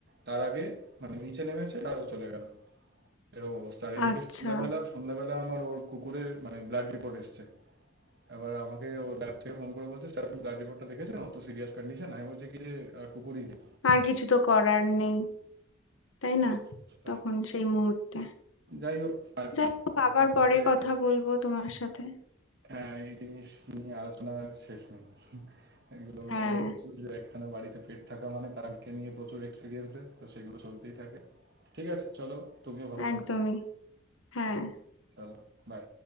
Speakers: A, on the right; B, on the left.
A: তার আগে মানে নিচে নেমেছে আর ও চলে গেল এরকম অবস্থা আর এদিকে
B: আচ্ছা
A: সন্ধ্যাবেলা সন্ধ্যাবেলা আমার ওর কুকুরের মানে ব্লাড রিপোর্ট এসছে এবার আমাকে ও ল্যাব থেকে ফোন করে বলছে স্যার আপনি ব্লাড রিপোর্টটা দেখেছেন অত সিরিয়াস কন্ডিশন আমি বলছি কি যে আর কুকুরই নেই
B: আর কিছু তো করার নেই তাই না
A: এই অবস্থা।
B: তখন সেই মুহূর্তে
A: যাই হোক আর কি
B: যাই হোক
A: এরকম
B: আবার পরে
A: ভাবে
B: কথা বলবো তোমার সাথে
A: হ্যাঁ এই জিনিস নিয়ে আলোচনা শেষ নেই এগুলো
B: হ্যাঁ
A: আমাদের প্রচুর যে একখানা বাড়িতে পেট থাকা মানে তাকে নিয়ে প্রচুর এক্সপিরিয়েন্সেস তো সেগুলো চলতেই থাকে ঠিক আছে চলো তুমিও ভালো
B: একদমই
A: থাকো
B: হ্যাঁ
A: Okay, চলো বাই